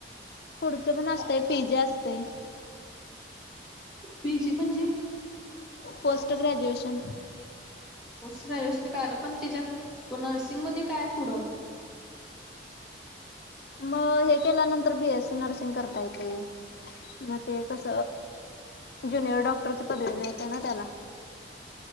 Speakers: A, on the left; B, in the centre.
A: पुढचं पण असतं पिजे असते
B: पीजे म्हणजे
A: पोस्ट ग्रॅजुएशन
B: पोस्ट ग्रॅज्युएशन कायलं पण त्याच्यात त नर्सिंगमध्येध्ये काय पुढं
A: मग हे केल्यानंतर बीएस सी नर्सिंग करता येते म ते कस ज्युनियर डॉक्टरची पदवी मिळते ना त्याला